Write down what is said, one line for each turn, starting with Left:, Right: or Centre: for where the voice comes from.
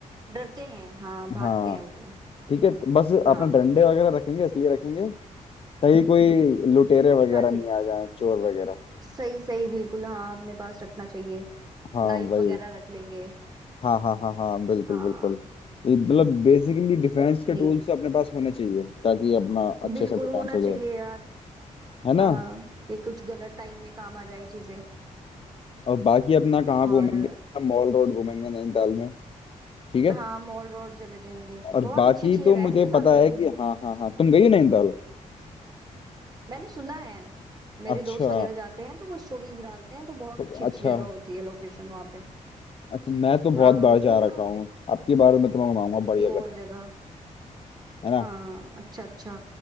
Right: डरते हैं हाँ भागते
Left: हाँ
Right: हैं वो
Left: ठीक है तो बस
Right: हाँ
Left: अपना डंडे वगैरह रखेंगे इसलिए रखेंगे कहीं कोई लुटेरे वगैरह
Right: ताकि
Left: नहीं आ जाए चोर वगैरह
Right: सही सही बिल्कुल हाँ अपने पास रखना चाहिए
Left: हाँ
Right: नाइफ
Left: वही
Right: वगैरह रख लेंगे
Left: हाँ हाँ हाँ हाँ बिल्कुल
Right: हाँ
Left: बिल्कुल ये मतलब बेसिकली डिफेंस के
Right: नहीं
Left: टूल्स अपने पास होने चाहिए ताकि अपना अच्छे
Right: बिल्कुल
Left: से डिफेंस
Right: होना
Left: हो
Right: चाहिए
Left: जाए
Right: यार
Left: है ना
Right: हाँ कि कुछ गलत टाइम में काम आ जाए चीजें
Left: और बाकी अपना कहाँ
Right: और
Left: घूमेंगे मॉल रोड घूमेंगे नैनीताल में ठीक है
Right: हाँ मॉल रोड चले जाएंगे
Left: और
Right: बहुत
Left: बाकी
Right: अच्छी अच्छी
Left: तो
Right: जगह
Left: मुझे
Right: है नैनीताल
Left: पता
Right: में
Left: है
Right: तो घूमने
Left: कि
Right: की
Left: हाँ हाँ हाँ तुम गई हो नैनीताल
Right: मैंने सुना है मेरे
Left: अच्छा
Right: दोस्त वगैरह जाते हैं तो वो स्टोरीज डालते हैं तो बहुत
Left: तो
Right: अच्छी अच्छी
Left: अच्छा
Right: जगह होती है लोकेशन वहाँ पे
Left: अच्छा मैं तो
Right: हाँ
Left: बहुत बार जा
Right: कुछ मैं
Left: रखा
Right: उनसे
Left: हूँ आपकी बार मैं तुम्हें घुमाऊंगा बढ़िया
Right: की और
Left: कर
Right: जगह
Left: है ना
Right: हाँ अच्छा अच्छा